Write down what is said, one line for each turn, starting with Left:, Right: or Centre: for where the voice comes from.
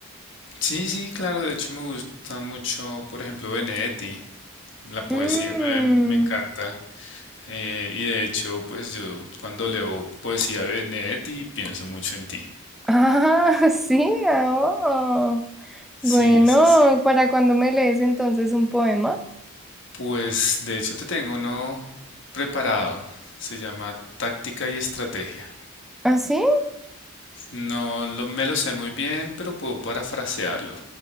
Left: Sí, sí, claro, de hecho me gusta mucho, por ejemplo, Benedetti, la poesía
Centre: Mm,
Left: me, me encanta. eh, y de hecho, pues yo cuando leo poesía de Benedetti pienso mucho en ti.
Centre: Ah, <laughs> sí, ah, oh.
Left: Sí,
Centre: Bueno,
Left: sí, sí.
Centre: ¿para cuando me lees entonces un poema?
Left: Pues de hecho te tengo uno preparado. Se llama Táctica y Estrategia.
Centre: ¿Ah, sí?
Left: No lo- me lo sé muy bien, pero puedo parafrasearlo.